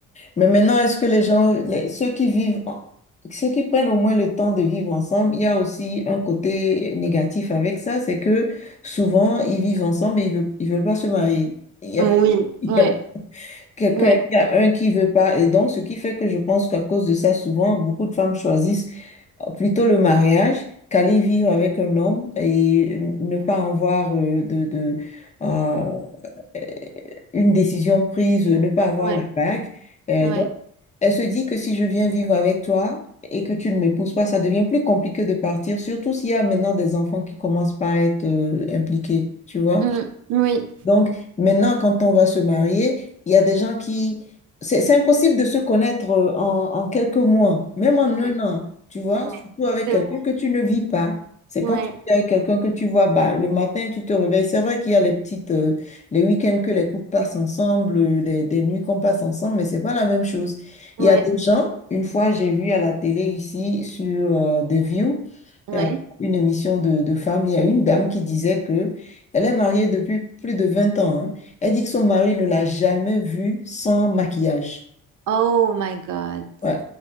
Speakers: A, on the left; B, on the right.
A: Mais maintenant, est-ce que les gens, les- ceux qui vivent, en- ceux qui prennent au moins le temps de vivre ensemble, il y a aussi un côté négatif avec ça, c'est que souvent, ils vivent ensemble et ils veulent, ils veulent pas se marier. Il y
B: Oui,
A: a, <laughs> il
B: ouais,
A: y a Quelqu'un,
B: ouais,
A: il y a un qui veut pas. Et donc, ce qui fait que je pense qu'à cause de ça, souvent, beaucoup de femmes choisissent euh, plutôt le mariage qu'aller vivre avec un homme et ne pas avoir euh, de, de, euh, euh, une décision prise, ne pas avoir
B: ouais,
A: la bague. Euh,
B: ouais.
A: donc, elle se dit que si je viens vivre avec toi et que tu ne m'épouses pas, ça devient plus compliqué de partir, surtout s'il y a maintenant des enfants qui commencent par être euh, impliqués, tu vois.
B: Mm, oui,
A: Donc, maintenant, quand on va se marier, il y a des gens qui... C'est, c'est impossible de se connaître euh, en, en quelques mois, même en un
B: ouais,
A: an, tu vois,
B: ouais,
A: surtout avec
B: c'est
A: quelqu'un
B: vrai.
A: que tu ne vis pas. C'est
B: Ouais,
A: quand tu es avec quelqu'un que tu vois, bah, le matin, tu te réveilles. C'est vrai qu'il y a les petites, euh, les week-ends que les couples passent ensemble, euh, les, des nuits qu'on passe ensemble, mais c'est pas la même chose.
B: ouais,
A: Il y a des gens, une fois, j'ai vu à la télé ici sur euh, The View,
B: ouais.
A: euh, une émission de, de femmes, il y a une dame qui disait que elle est mariée depuis plus de vingt ans. hein. Elle dit que son mari ne l'a jamais vue sans maquillage.
B: Oh my God.
A: Ouais.